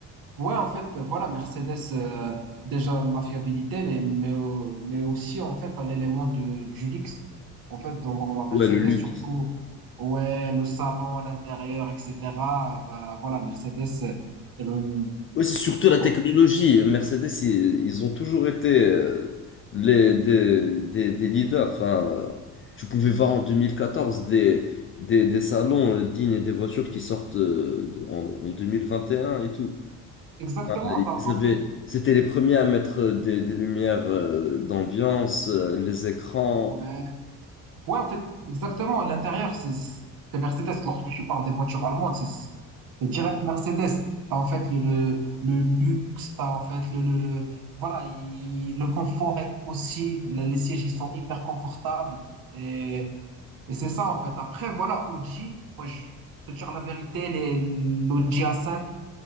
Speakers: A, on the right; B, on the left.
A: ouais, en fait, voilà, Mercedes, euh, déjà ma fiabilité, mais, mais, euh, mais aussi, en fait, à l'élément de, du luxe. En fait, dans, dans la Mercedes,
B: Ouais, le luxe.
A: surtout, ouais, le salon, l'intérieur, etc. euh, Bah, voilà, Mercedes, euh, elle, euh,
B: Ouais, c'est surtout la technologie.
A: ouais,
B: Mercedes, ils, ils ont toujours été euh, les des des, des leaders. Enfin, euh, tu pouvais voir en 2014 des des des salons euh, dignes des voitures qui sortent euh, de- en, en 2021 et un et tout.
A: exactement.
B: Ah, Ils
A: T'as, t'as, en
B: avaient,
A: fait,
B: c'était les premiers à mettre euh, des, des lumières euh, d'ambiance, euh, les écrans.
A: ouais, Ouais, en fait, exactement. L'intérieur, c'est c'est Mercedes. Lorsque je parle des voitures allemandes, c'est c'est direct Mercedes. T'as en fait le, le, le luxe, t'as en fait le, le, le- voilà, il- le confort est aussi, le- les sièges, ils sont hyper confortables. Et, et c'est ça, en fait. Après, voilà, Audi, moi, je pour te dire la vérité, les, l'Audi A5,